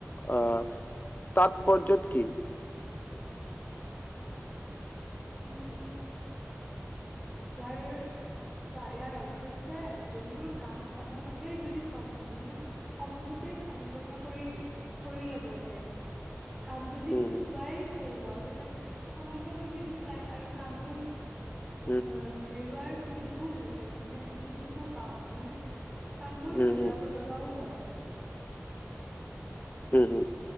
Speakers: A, on the left (about 35°); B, in the centre.
A: আহ তাৎপৰ্য্য কি?
B: উম' উম' ইয়াৰ চোৱা ইয়াৰ অৰ্থ হৈছে যোনবোৰ কাম সময়মতে যদি কম উম' মানে সময়মতে সম্পন্ন কৰি, কৰি ল'ব লাগে। কাম যদি
A: উম
B: পিছুৱাই থৈ যাওঁ, তেন্তে সমস্যাবোৰ বৃদ্ধি পায় আৰু কামবোৰ
A: <inaudible>
B: অ হেৰুৱাৰ সুযোগো হে মানে সুযোগো পাওঁ মানে কামবোৰ
A: উম হম
B: হেৰুৱাব লগাও হয়।
A: উম' উম'